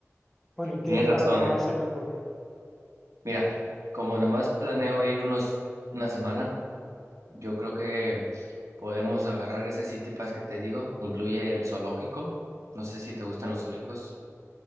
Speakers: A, in the centre; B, on the right.
A: Bueno, ¿y qué
B: tienes razón,
A: paradas más
B: ¿eh?
A: se te ocurren?
B: Mira, como nada más planeo ir unos, una semana, yo creo que podemos agarrar ese City Pass que te digo. Incluye el zoológico. No sé si te gustan los zoológicos.